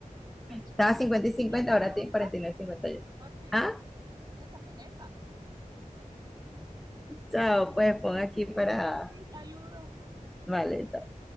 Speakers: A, on the right; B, in the centre.
A: Por supuesto.
B: Estaba 50 y 50,
A: ¿Sería tan
B: ahora
A: más
B: tiene
A: alta?
B: cuarenta y nueve cincuenta y uno.
A: No, chica,
B: Ah,
A: 60, setenta
B: chao, pues pon aquí para...
A: Sí, saludos.
B: Vale, chao.